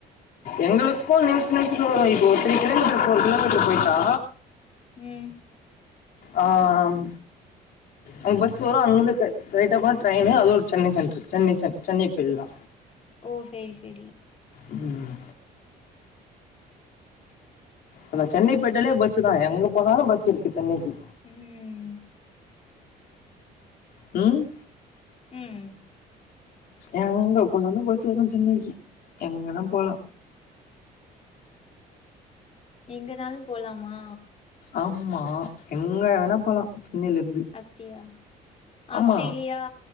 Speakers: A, on the left; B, on the left.
A: எங்களுக்கு நிமிஷ் நிமிஷ்த்தல வரு இப்போ த்ரீ கிலோமீட்டர் ஃபோர் கிலோமீட்டர் போயிட்டா
B: ம்
A: ஆ ம் அங்க பஸ் வரு அங்கேர்ந்து ஸ்ட்ரைட்டா போன ட்ரெயினு அதோட சென்னை சென்ட்ரு சென்னை சென் சென்னை போயில்லா
B: ஓ சரி சரி
A: ம் அதா சென்னை போயிட்டலே பஸ்ஸு தா எங்க போனாலு பஸ் இருக்கு சென்னைக்கி
B: ம்
A: ம்
B: ம்ம்
A: எங்க போனாலு பஸ் வரு சென்னைக்கி எங்கன்னா போலா
B: எங்கனாலும் போலாமா
A: ஆமா எங்கே வேணா போலாம் சென்னையில இருந்து
B: அப்டியா ஆஸ்திரேலியா
A: ஆமா